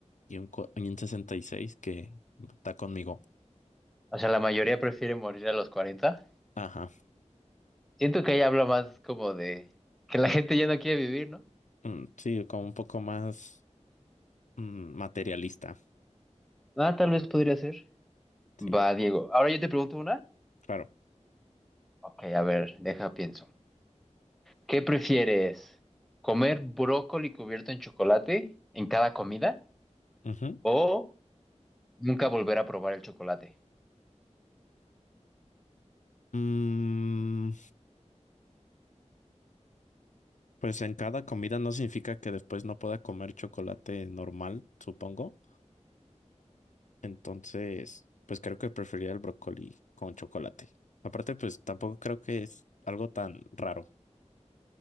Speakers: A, on the left; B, in the centre.
A: y un, cua- y un 66% que está conmigo.
B: O sea, la mayoría prefiere morir a los cuarenta
A: Ajá.
B: Siento que ahí habla más como de que la gente ya no quiere vivir, ¿no?
A: Mm, sí, como un poco más mm, materialista.
B: Ah, tal vez podría ser.
A: Sí,
B: Va, Diego. Ahora yo te pregunto una.
A: claro.
B: Ok, a ver, deja, pienso. ¿Qué prefieres? ¿Comer brócoli cubierto en chocolate en cada comida?
A: Ujú.
B: ¿O Nunca volver a probar el chocolate.
A: Mm, pues en cada comida no significa que después no pueda comer chocolate normal, supongo. Entonces, pues creo que preferiría el brócoli con chocolate. Aparte, pues tampoco creo que es algo tan raro.